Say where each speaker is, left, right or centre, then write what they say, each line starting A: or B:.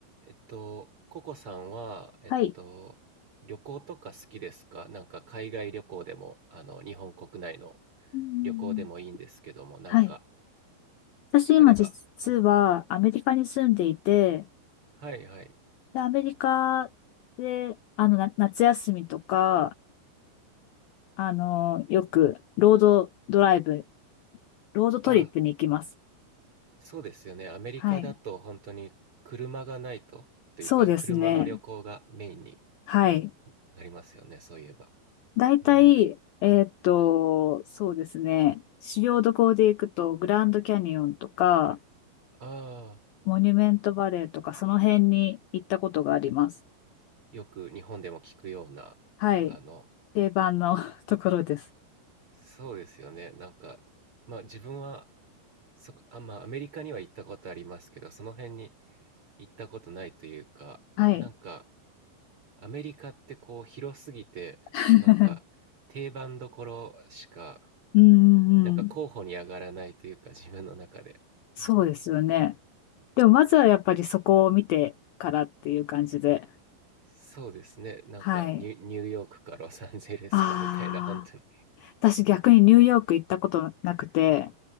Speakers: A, on the right; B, on the left.
A: えっと、ココさんは、えっと、
B: はい。
A: 旅行とか好きですかなんか海外旅行でも、あの、日本国内の
B: うんう
A: 旅行でもいいんですけども、
B: ん
A: なんか
B: はい。私今実はアメリカに住んでいて、
A: あれば。うんはいはい。
B: で、アメリカで、あの、な夏休みとか、あの、よくロードドライブ、ロードトリップに行きます。
A: あ、そうですよね。アメリカだと本当に車がないと、
B: はい。
A: というか車の旅行がメインに
B: そうですね。はい。
A: なりますよね、そういえば。
B: だいたい、
A: うん。
B: えーっと、そうですね。主要どこで行くと、グランドキャニオンとか、
A: ああ、
B: モニュメントバレーとか、その辺に行ったことがあります。
A: よく日本でも聞くような、
B: はい。
A: あの、
B: 定番の <laughs> ところです。
A: そうですよね。なんか、まあ自分は、そ、あ、まあアメリカには行ったことありますけど、その辺に行ったことないというか、
B: はい。
A: なんかアメリカってこう広すぎて、
B: <laughs>
A: なんか定番どころしか、
B: うんうんうん。
A: なんか候補に上がらないというか自分の中で。
B: そうですよね。
A: うん。
B: でもまずはやっぱりそこを見てからっていう感じで。
A: そうですね。なんかニュ、
B: はい。
A: ニューヨークかロサンゼルスかみたいな、
B: ああ、
A: 本当に。
B: 私逆にニューヨーク行ったことなくて、